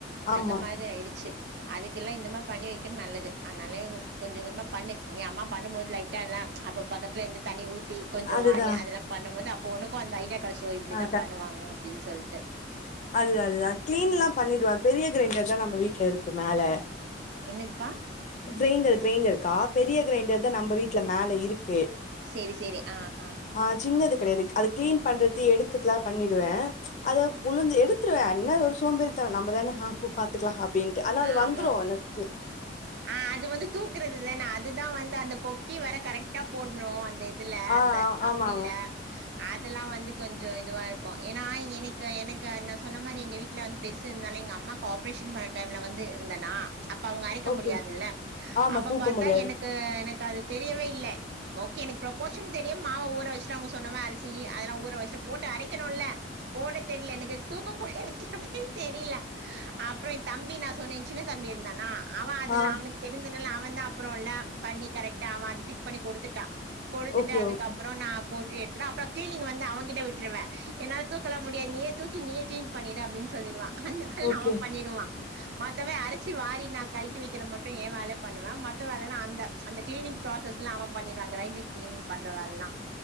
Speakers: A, on the left; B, on the right.
A: ஆமா
B: அந்த மாிரி ஆய்டுச்சு அதுக்கெல்லாம் இந்த மாரி பண்ணி வைக்கும் நல்லது அதனால கொஞ்சம் கொஞ்சமா பண்ணு நீ அம்மா பண்ணும் போது லைட்டா எல்லா அப்ப பக்கத்துல இருந்து தண்ணி ஊத் தி கொஞ்சம்
A: அதுதா
B: வாரி அதெல்லாம் பண்ணும்போது அப்போ உனக்கும் அந்த ஐடியா கடச்சிரும் இப்படிதான்
A: ஆ
B: பண்ணுவாங்க அப்டின் சொல்லிட்டு
A: அதுதா அதுதா கிளீன் எல்லா பண்ணிடுவேன் பெரிய கிரைண்டர் தான் நம்ம வீட்ல இருக்கு மேல
B: என்னதுப்பா
A: கிரைண்டர் கிரைண்டருக்கா பெரிய கிரைண்டர் தான் நம்ம வீட்ல மேல இருக்கு
B: செரி செரி ஆ ஆ
A: ஆ சின்னது கிடையாது அதை கிளீன் பண்றதை எடுக்கதுலாம் பண்ணிடுவேன் அத புழுஞ்சு எடுத்துருவேன் என்ன ஒரு சோம்பறித்தனொ நம்ம தான ஆ பூ பாத்துக்கலாம் அப்படினட்டு ஆனா அது
B: ஆமாம்
A: வந்துரும் எனக்கு
B: ஆ அது வந்து தூக்குறது தான அதுதான் வந்து அந்த கொக்கி வரை கரெக்டா போட்ணும் அந்த இது இதுல
A: ஆ
B: அந்த கம்பில
A: ஆமா ஆமா
B: அ அதெல்லாம் வந்து கொஞ்சம் இதுவா இருக்கும் ஏன்னா எனக்கு எனக்கு நா சொன்ன மாரி எங்க வீட்ல வந்து பெருசு இருந்தாலும் எங்க அம்மாக்கு ஆப்ரேஷன் பண்ண டைம்ல வந்து இருந்தேனா அப்ப அவங்க அ ரைக்க
A: ஓகே
B: முடியாதுல்ல
A: ஆமா
B: அப்ப
A: தூக்க
B: பாத்தா
A: முடியாது
B: எனக்கு எனக்கு அது தெரியவே இல்லை ஓகே எனக்கு ப்ரொப்போஷன் தெரியும் மாவு ஊற வச்சுட்டா அவங்க சொன்னமாறி அரிசி அதெல்லாம் ஊற வச்சுட்டு போட்டு அரைக்கணும்ல போட தெரில எனக்கு தூக்க கூட எனக்கு எப்டின் தெரில அப்புறம் என் தம்பி நா சொன்னேன் சின்ன தம்பி இருந்தானா அவன் அதெல்லாம்
A: ஆ
B: அவனுக்கு தெரிஞ்சதுனால அவன் தான் அப்புறம்ல பண்ணி கரெக்டா அவன் அத ஃபிட் பண்ணி கொடுத்துட்டான் கொடுத்துட்டு
A: ஓகே
B: அதுக்கப்புறம்
A: ஓகே
B: நா போட்டு எடுத்து அப்றம் கிளீனிங் வந்து அவன்கிட்ட விட்ருவ என்னாள தூக்கலா முடியாது நீயே தூக்கி நீயே கிளீன் பண்ணிடு அப்படின் சொல்லிடுவான் அந்த வேலெல்லா
A: ஓகே
B: அவ பண்ணிருவா மத்தம அரைச்சி வாரினா கழி வைக்கிற மட்டு எ வேல பண்ணுவ மத்த வேலை அந்த அந்த கிளனிங் ப்ராசஸ்லா அவ பண்ணிருவா கிரைண்டிங் கிளீனிங் பண்ற வேலல்லா